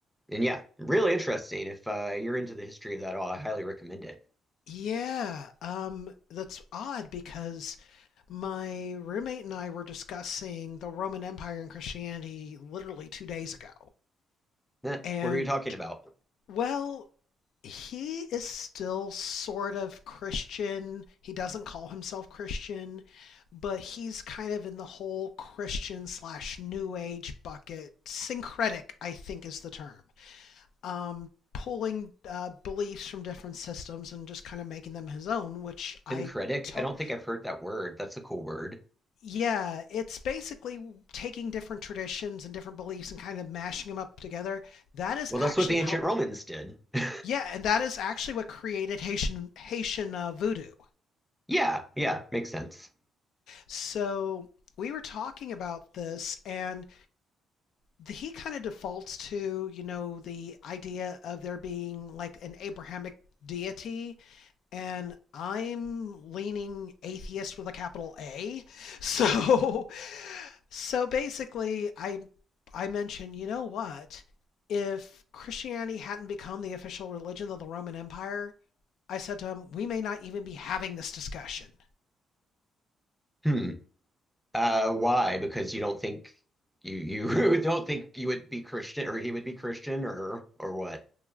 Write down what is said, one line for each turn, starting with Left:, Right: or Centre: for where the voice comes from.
Centre: and yeah, really interesting. If uh, you're into the history of that at all, I highly recommend it.
Left: Yeah, um, that's odd because my roommate and I were discussing the Roman Empire and Christianity literally two days ago.
Centre: Nat,
Left: And,
Centre: What are you talking about?
Left: well, he is still sort of Christian. He doesn't call himself Christian, but he's kind of in the whole Christian slash New Age bucket. Syncretic, I think, is the term. um, pulling uh, beliefs from different systems and just kind of making them his own, which I
Centre: Syncretic?
Left: to-
Centre: I don't think I've heard that word. That's a cool word.
Left: yeah, it's basically taking different traditions and different beliefs and kind of mashing them up together. That is
Centre: Well,
Left: actually
Centre: that's what the ancient
Left: how
Centre: Romans did. <laughs>
Left: yeah, and that is actually what created Haitian Haitian uh, voodoo.
Centre: Yeah, yeah, makes sense.
Left: So we were talking about this, and the, he kind of defaults to you know the idea of there being like an Abrahamic deity and I'm leaning atheist with a capital A. <laughs> So so basically I I mentioned, you know what? If Christianity hadn't become the official religion of the Roman Empire, I said to him, we may not even be having this discussion.
Centre: Hmm. Uh, why? Because you don't think you you <laughs> don't think you would be Christian or he would be Christian or or what?